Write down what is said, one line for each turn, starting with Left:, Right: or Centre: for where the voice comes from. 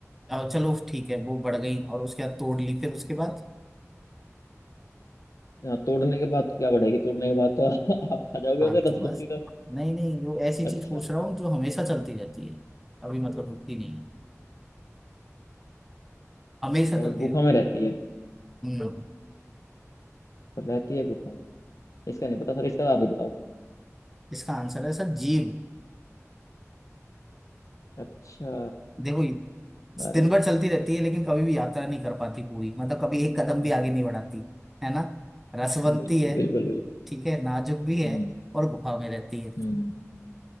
Centre: अ, चलो ठीक है वो बढ़ गई और उसके बाद तोड़ ली फिर उसके बाद
Left: हाँ, तोड़ने के बाद क्या बढ़ेगी तोड़ने के बाद तो <laughs> आप खा जाओगे
Centre: हाँ
Left: उसे
Centre: तो
Left: रसगुंती
Centre: बस
Left: तो
Centre: नहीं नहीं वो ऐसी
Left: अच्छा
Centre: चीज पूछ रहा हूँ जो हमेशा चलती रहती है अभी मतलब रुकती नहीं है हमेशा
Left: और
Centre: चलती
Left: गुफा
Centre: रहती
Left: में रहती है
Centre: है हम्म,
Left: रहती है गुफा में इसका नहीं पता सर इसका आप ही बताओ
Centre: इसका आंसर है सर जीभ
Left: अच्छा
Centre: देखो ये
Left: अरे
Centre: दिन भर चलती रहती है लेकिन कभी भी यात्रा नहीं कर पाती पूरी मतलब कभी एक कदम भी
Left: हम्म,
Centre: आगे नहीं बढ़ाती है ना रसवंती
Left: बिल्कुल
Centre: है
Left: बिल्कुल बिल्कुल
Centre: ठीक है नाजुक भी है
Left: हम्म
Centre: और गुफा में रहती है
Left: हम्म